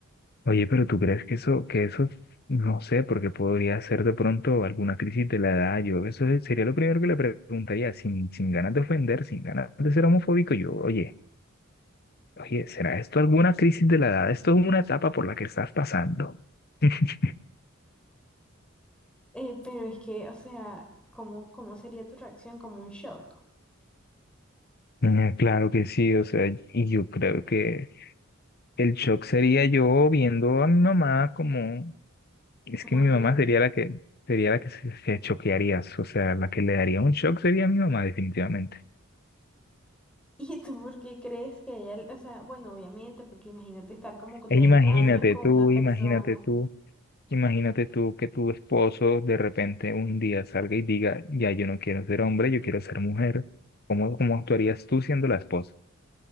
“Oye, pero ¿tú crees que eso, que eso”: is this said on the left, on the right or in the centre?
Left